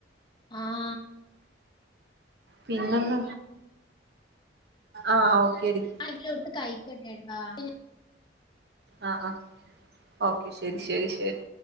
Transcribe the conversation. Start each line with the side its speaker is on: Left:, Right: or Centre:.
Left: ആഹ്
Right: പിന്നന്ന ആഹ് ഓക്കേ ഡി
Left: ആ ഇവിടെടുത്ത് കഴിക്കട്ടെ ട്ടോ പിന്ന
Right: ആ അഹ് ഓക്കെ ശരി ശരി ശരി